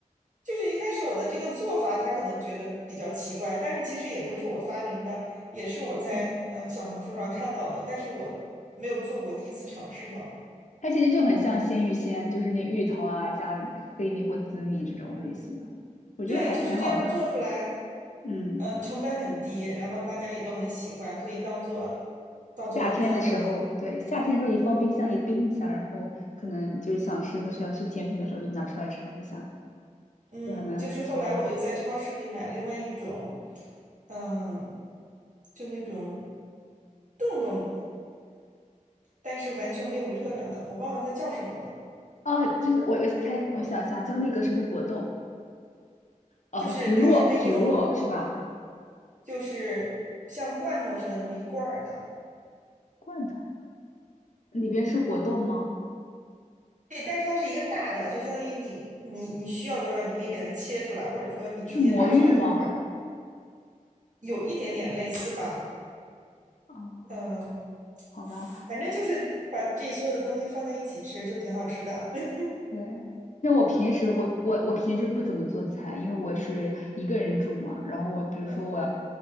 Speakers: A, on the right; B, on the left.
A: 就是一开始我的这个做法，他可能觉得比较奇怪，但是其实也不是我发明的，也是我在嗯小红书上看到的，
B: 嗯，
A: 但是我没有做过，第一次尝试嘛。
B: 它其实就很像鲜芋仙，就是那芋头啊加黑米或紫米这种类型的，我觉得还挺好的。
A: 对，就是这样做出来，
B: 嗯。
A: 嗯，成本很低，然后大家也都很喜欢，可以当做当做一个饭后的甜。
B: 夏天的时候，对，夏天的时候你放冰箱里冰一下，然后可能就是想吃的时候、想吃甜品的时候就拿出来尝一下，
A: 嗯，
B: 都还蛮不错的。
A: 就是后来我又在超市里买了另外一种，嗯，就那种冻，但是完全没有热量的，我忘了它叫什么了。
B: 啊，就是我我猜，我想一下，叫那个什么果冻啊，
A: 就是它是那种，
B: 橘若橘若是吧？
A: 就是像罐头似的那么一罐儿的，
B: 罐头里边是果冻吗？
A: 对，但是它是一个大的，就相当于你你你需要多少，你可以给它切出来，或者说你直接拿勺子㧟。
B: 是魔芋吗？
A: 有一点点类似吧，
B: 哦，
A: 嗯，
B: 好吧。
A: 反正就是把这所有的东西放在一起吃，就挺好吃的。<laughs>
B: 对，那我平时我我我平时不怎么做菜，因为我是一个人住嘛。然后我比如说我
A: 嗯